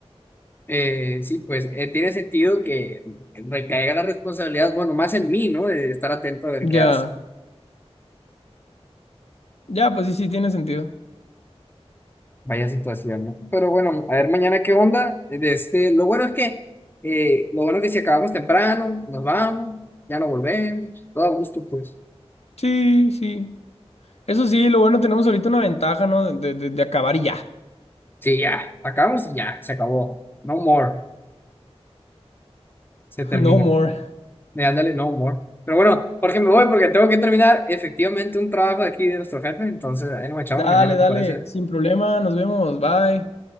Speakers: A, on the left; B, on the left.
A: eh, sí, pues, eh, tiene sentido que recaiga la responsabilidad, bueno, más en mí, ¿no? De estar atento a ver
B: Ya.
A: qué hace.
B: Ya, pues sí, sí, tiene sentido.
A: Vaya situación, ¿no? Pero bueno, a ver mañana qué onda. De Este, lo bueno es que, eh, lo bueno es que si acabamos temprano, nos vamos, ya no volvemos, todo a gusto, pues.
B: Sí, sí. Eso sí, lo bueno, tenemos ahorita una ventaja, ¿no? De, de, de acabar y ya.
A: Sí, ya, acabamos y ya, se acabó. No more, se
B: <laughs>
A: termina.
B: No more.
A: de Ándale, no humor. Pero bueno, Jorge, me voy porque tengo que terminar efectivamente un trabajo de aquí de nuestro jefe, entonces ahí nos echamos
B: Dale,
A: mañana,
B: dale,
A: ¿te parece?
B: sin problema, nos vemos, bye.